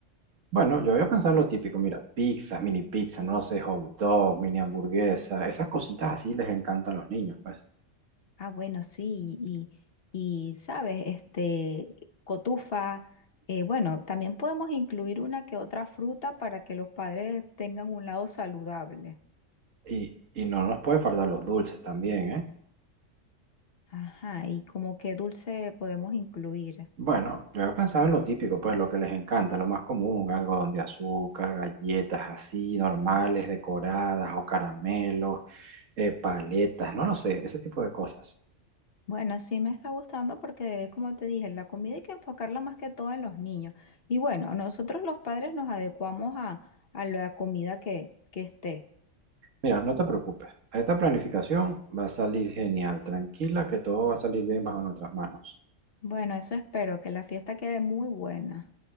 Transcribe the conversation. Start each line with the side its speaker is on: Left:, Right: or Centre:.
Right: Bueno, yo había pensado en lo típico, mira, pizzas, mini pizzas, no lo sé, hot dogs, mini hamburguesas, esas cositas así les encantan a los niños, pues.
Left: Ah, bueno, sí, y, y sabes, este, cotufa. eh, bueno, también podemos incluir una que otra fruta para que los padres tengan un lado saludable.
Right: Y, y no nos puede faltar los dulces también, ¿eh?
Left: Ajá, y como qué dulce podemos incluir.
Right: Bueno, yo había pensado en lo típico, pues lo que les encanta, lo más común, algodón de azúcar, galletas así, normales, decoradas o caramelos, eh, paletas, no lo sé, ese tipo de cosas.
Left: Bueno, sí me está gustando porque, como te dije, la comida hay que enfocarla más que todo en los niños. Y bueno, nosotros los padres nos adecuamos a, a la comida que, que esté.
Right: Mira, no te preocupes, esta planificación va a salir genial, tranquila, que todo va a salir bien bajo nuestras manos.
Left: Bueno, eso espero, que la fiesta quede muy buena.